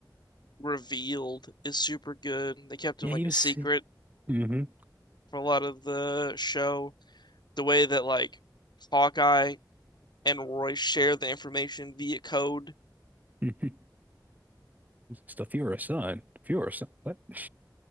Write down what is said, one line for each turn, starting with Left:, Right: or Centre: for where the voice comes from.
Left: revealed is super good. They kept
Right: Yeah,
Left: him like
Right: he
Left: a
Right: was
Left: secret
Right: hmm
Left: for a lot of the show. The way that like Hawkeye and Roy share the information via code.
Right: hmm <laughs> It's the Fuhrer son. Fuhrer son. What? <laughs>